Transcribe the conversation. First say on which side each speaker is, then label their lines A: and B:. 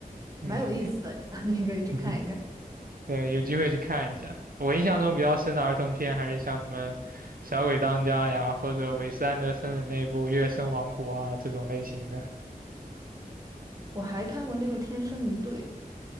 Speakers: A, on the right; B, on the right.
A: 嗯，
B: 蛮有意思的，<laughs> 你可以去看一看。
A: <laughs> 对，有机会去看一下。我印象中比较深的儿童片还是像什么《小鬼当家》呀，或者韦斯安德森的那部《月升王国》啊这种类型的。
B: 我还看过那个《天生一对》。